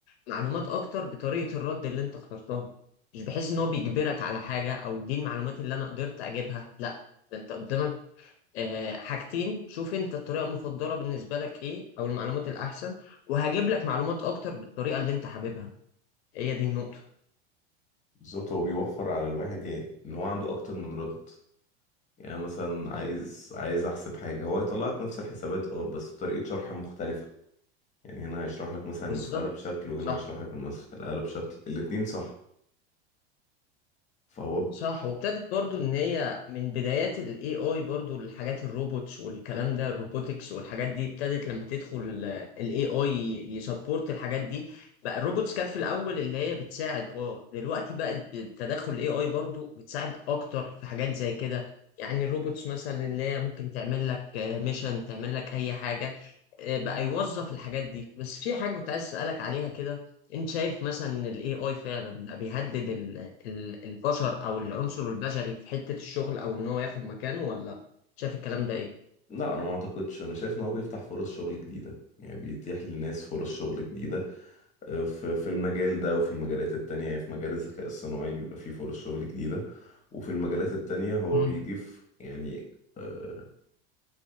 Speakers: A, on the left; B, on the left.
A: معلومات اكتر بطريقة الرد اللي انت اخترتها مش بحيث ان هو بيجبرك على حاجة او دي المعلومات اللي انا قدرت اجيبها لا ده انت قدامك آه، حاجتين شوف انت الطريقة المفضلة بالنسبة لك ايه او المعلومات الاحسن وهجيب لك معلومات اكتر بالطريقة اللي انت حاببها هي دي النقطة
B: بالظبط هو بيوفر على الواحد يعني ان هو عنده اكتر من رد يعني مثلا
A: صح
B: عايز عايز احسب حاجة هو هيطلع لك نفس الحسابات اه بس بطريقة شرح مختلفة يعني هنا هيشرح لك مثلا
A: بالظبط
B: المسألة بشكل وهنا
A: صح
B: هيشرح لك المسألة بشكل الاتنين صح فهو
A: صح وابتدت برضو ان هي من بدايات الاي اي برضو الحاجات الروبوتس والكلام ده الروبوتكس والحاجات دي ابتدت لما تدخل الاي اي يسبورت الحاجات دي بقى الروبوتس كانت في الاول اللي هي بتساعد اه دلوقتي بقت بتدخل الاي اي برضو بتساعد اكتر في حاجات زي كده يعني الروبوتس مثلا اللي هي ممكن تعمل لك ميشن تعمل لك اي حاجة آه، بقى يوظف الحاجات دي بس في حاجة كنت عايز اسألك عليها كده انت شايف مثلا الاي اي فعلا بقى بيهدد ال- البشر او العنصر البشري في حتة الشغل او ان هو ياخد مكانه ولا شايف الكلام ده ايه
B: لا انا ما اعتقدش انا شايف ان هو بيفتح فرص شغل جديده يعني بيتيح للناس فرص شغل جديده آه، في في المجال ده وفي المجالات التانية يعني في مجال الذكاء الصناعي بيبقى فيه فرص شغل جديده وفي المجالات التانية هو
A: مم.
B: بيضيف يعني آه،